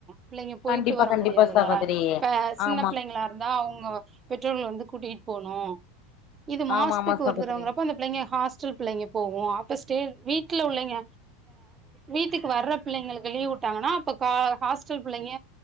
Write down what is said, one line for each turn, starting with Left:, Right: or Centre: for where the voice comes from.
Right: பிள்ளைங்க போயிட்டு
Left: கண்டிப்பா
Right: வர
Left: கண்டிப்பா
Right: முடியாதுல
Left: சகோதரி
Right: இப்ப சின்ன
Left: ஆமா
Right: பிள்ளைங்களா இருந்தா அவுங்க பெற்றோர்கள் வந்து கூட்டிட்டு போனு இது மாசத்துக்கு
Left: ஆமா ஆமா சகோதரி
Right: ஒரு தடவங்குற ஹாஸ்டல் பிள்ளைங்க போவு அப்ப ஸ்டேட் வீட்ல உள்ளைங்க வீட்டுக்கு வர்ற பிள்ளைங்களு லீவ் விட்டாங்கன்னா அப்ப கா ஹாஸ்டல் பிள்ளைங்க